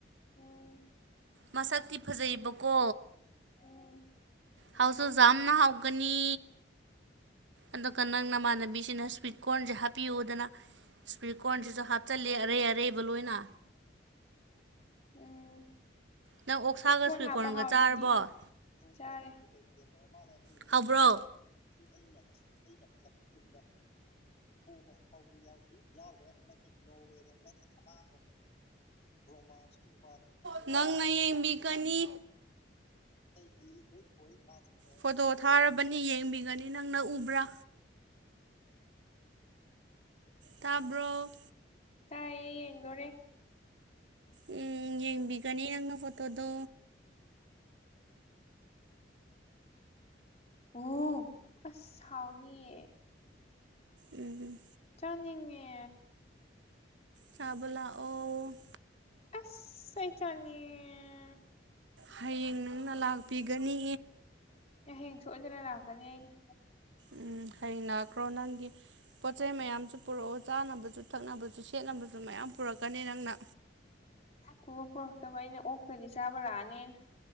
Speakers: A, on the left; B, on the right.
A: ꯎꯝ
B: ꯃꯥꯁꯛꯇꯤ ꯐꯖꯩꯌꯦꯕ ꯀꯣ
A: ꯎꯝ
B: ꯍꯥꯎꯁꯨ ꯖꯥꯝꯅ ꯍꯥꯎꯒꯅꯤ ꯑꯗꯨꯒ ꯅꯪ ꯅꯃꯥꯟꯅꯕꯤꯁꯤꯅ ꯁ꯭ꯋꯤꯠ ꯀꯣꯔꯟꯁꯦ ꯍꯥꯞꯄꯤꯌꯣꯗꯅꯥ ꯁꯋ꯭ꯤꯠ ꯀꯣꯔꯟꯁꯤꯁꯨ ꯍꯥꯞꯆꯜꯂꯦ ꯑꯔꯩ ꯑꯔꯩꯕ ꯂꯣꯏꯅ
A: ꯎꯝ
B: ꯅꯪ ꯑꯣꯛꯁꯥꯒ
A: ꯁ꯭ꯋꯤꯠ ꯀꯣꯔꯟ ꯍꯥꯞꯄ
B: ꯀꯣꯔꯟꯒ
A: ꯍꯥꯎꯋꯤꯗꯨꯗꯤ
B: ꯆꯥꯔꯕꯣ
A: ꯆꯥꯔꯦ ꯀꯅꯣ ꯃꯥꯜꯂꯦ ꯑꯇꯩ ꯇꯩ
B: ꯍꯥꯎꯕ꯭ꯔꯣ
A: ꯑꯩ ꯑꯩꯅ ꯑꯁꯨꯛ ꯑꯩꯅ ꯈꯜꯂꯛꯄ ꯇꯤꯝꯗ ꯄꯣꯕ ꯑꯝꯐꯥꯎꯗꯤ ꯌꯥꯎꯗ꯭ꯔꯤ ꯌꯥꯎꯒꯈ꯭ꯔꯦ ꯑꯃꯗꯤ ꯅꯣꯔꯋꯦꯗꯣ ꯅꯪꯒꯤ ꯑꯉꯥꯡꯗꯣ ꯔꯣꯃꯥꯟꯁꯀꯤ ꯅꯨꯄꯥꯗꯣ ꯑꯗꯨꯗ
B: ꯅꯪꯅ
A: ꯂꯣꯏ ꯁꯣꯏꯍꯟꯕꯒꯤ
B: ꯌꯦꯡꯕꯤꯒꯅꯤ
A: ꯃꯥꯡꯈ꯭ꯔꯦ ꯑꯇꯩꯗꯤ ꯂꯣꯏ ꯊꯣꯏ <unintelligible>
B: ꯐꯣꯇꯣ ꯊꯥꯔꯕꯅꯤ ꯌꯦꯡꯕꯤꯒꯅꯤ ꯅꯪꯅ ꯎꯕ꯭ꯔ ꯇꯥꯕ꯭ꯔꯣ
A: ꯇꯥꯏꯌꯦ ꯌꯦꯡꯗꯣꯔꯦ
B: ꯎꯝ ꯌꯦꯡꯕꯤꯒꯅꯤ ꯅꯪꯅ ꯐꯣꯇꯣꯗꯣ
A: ꯑꯣ ꯑꯁ ꯍꯥꯎꯅꯤꯌꯦ
B: ꯎꯝ
A: ꯆꯥꯅꯤꯡꯉꯦ
B: ꯆꯥꯕ ꯂꯥꯛꯑꯣ
A: ꯑꯁ ꯑꯩ ꯆꯥꯅꯤꯡꯉꯦ
B: ꯍꯌꯦꯡ ꯅꯪꯅ ꯂꯥꯛꯄꯤꯒꯅꯤ
A: ꯑꯩ ꯍꯌꯦꯡ ꯁꯣꯏꯗꯅ ꯂꯥꯛꯀꯅꯤ ꯑꯩꯅ
B: ꯎꯝ ꯍꯌꯦꯡ ꯂꯥꯛꯈ꯭ꯔꯣ ꯅꯪꯒꯤ ꯄꯣꯠ ꯆꯩ ꯃꯌꯥꯝꯁꯨ ꯄꯨꯔꯛꯑꯣ ꯆꯥꯅꯕꯁꯨ ꯊꯛꯅꯕꯁꯨ ꯁꯦꯠꯅꯕꯁꯨ ꯃꯌꯥꯝ ꯄꯨꯔꯛꯀꯅꯤ ꯅꯪꯅ
A: ꯄꯨ ꯄꯨꯔꯛꯇꯕ ꯑꯩꯅ ꯑꯣꯛꯇꯗꯤ ꯆꯥꯕ ꯂꯥꯛꯑꯅꯤ ꯑꯩꯅ